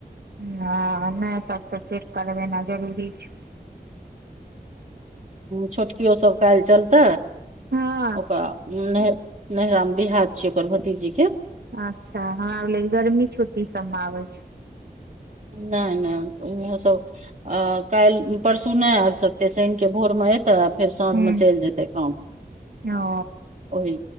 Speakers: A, on the right; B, on the right.
A: हँ नहि तब तऽ चेक करबेना जरूरी छै
B: छोटकियो सब काइल चलते
A: हँ
B: ओकरा नहिरा नहिरा मे बियाह छियै ओकर भतीजी के
A: अच्छा हमराै गर्मी छुट्टी सभमे आबै छै
B: नहि नहि ओहो सब अ काइल परसू नहि आइब सकतै शनिके भोरमे एतै आ फेर साँझमे
A: ह
B: चलि जेतै काम
A: ओ
B: पर ओहि